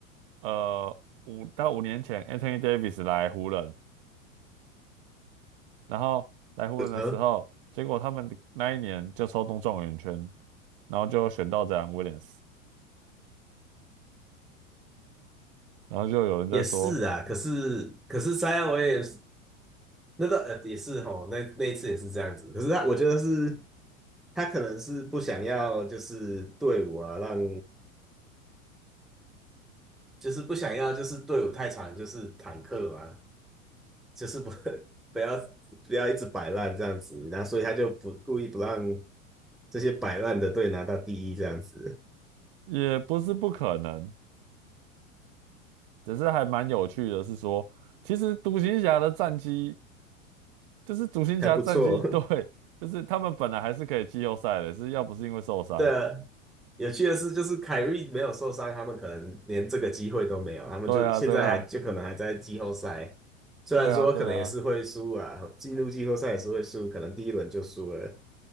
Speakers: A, on the right (about 40°); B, in the centre.
A: 呃五到五年前 Anthony Davis 来湖人，然后来湖人的时候，
B: 呃嗯，
A: 结果他们那一年就抽中状元签，然后就选到这样 Williams，然后就有人在说，
B: 也是啊。可是可是 Zion w 那个呃也是吼，那那一次也是这样子。可是他我觉得是他可能是不想要就是队伍啊让。就是不想要，就是队伍太长，就是坦克嘛，就是不 <laughs> 不要不要一直摆烂这样子，然后所以他就不故意不让这些摆烂的队拿到第一这样子，
A: 也不是不可能，只是还蛮有趣的是说，其实独行侠的战绩就是独行侠战绩
B: 还不错。<laughs>
A: <laughs> 对，就是他们本来还是可以季后赛的，是要不是因为受伤，
B: 对啊，有趣的是，就是凯瑞没有受伤，他们可能连这个机会都没有，他们就现在还就可能还在季后赛，
A: 对啊，对啊，
B: 虽然说可能也是会输啊，
A: 对啊，对啊。
B: 进入季后赛也是会输，可能第一轮就输了，